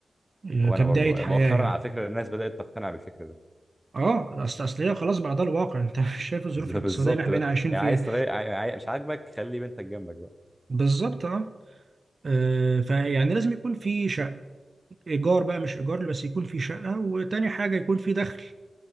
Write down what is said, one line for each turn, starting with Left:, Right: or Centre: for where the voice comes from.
Right: آه،
Centre: وانا
Right: كبداية
Centre: برضو
Right: حياة
Centre: مؤخرا
Right: يعني
Centre: على فكره الناس بدات تقتنع بالفكر ده
Right: اه اصل اصل هي خلاص بقى ده الواقع انت <laughs> مش شايف الظروف
Centre: بز-
Right: الاقتصاديه
Centre: بالظبط
Right: اللي احنا
Centre: بقى
Right: بقينا عايشين
Centre: يعني
Right: فيها
Centre: عايز تغير عاي- عاي- مش عاجبك خلي بنتك جنبك بقى
Right: بالظبط اه آه، فيعني لازم يكون في شقه ايجار بقى مش ايجار بس يكون في شقه وتاني حاجه يكون في دخل